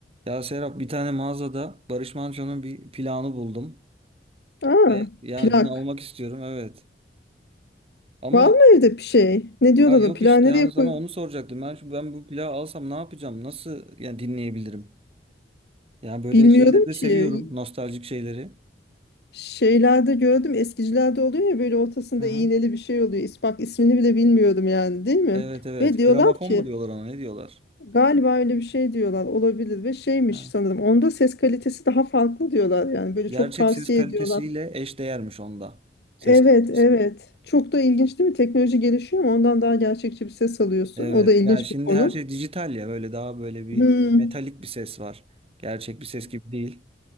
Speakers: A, on the right; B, on the left.
A: Ya Serap bir tane mağazada Barış Manço'nun bir planı buldum.
B: Aa,
A: Ve yani
B: plak.
A: bunu almak istiyorum evet. Ama
B: Var mı evde bir şey? Ne
A: ya
B: diyorlar
A: yok
B: o plağı
A: işte
B: nereye
A: yani
B: koy?
A: sana onu soracaktım. Ben şu, ben bu plağı alsam ne yapacağım? Nasıl yani dinleyebilirim? Yani böyle
B: Bilmiyorum
A: şeyleri de
B: ki.
A: seviyorum. Nostaljik şeyleri.
B: Şeylerde gördüm eskicilerde oluyor ya böyle ortasında
A: Hı hı.
B: iğneli bir şey oluyor. İs- Bak ismini bile bilmiyorum yani değil mi?
A: Evet evet.
B: Ve diyorlar
A: Gramofon
B: ki
A: mu diyorlar ona ne diyorlar?
B: galiba öyle bir şey diyorlar olabilir ve şeymiş
A: Ha.
B: sanırım. Onda ses kalitesi daha farklı diyorlar yani böyle
A: Gerçek
B: çok tavsiye
A: ses kalitesiyle
B: ediyorlar.
A: eşdeğermiş onda. Ses
B: Evet
A: kalitesi.
B: evet çok da ilginç değil mi? Teknoloji gelişiyor ama ondan daha gerçekçi bir ses alıyorsun.
A: Evet.
B: O da ilginç
A: Yani şimdi
B: bir konu.
A: her şey dijital ya böyle daha böyle bir
B: Hmm.
A: metalik bir ses var. Gerçek bir ses gibi değil.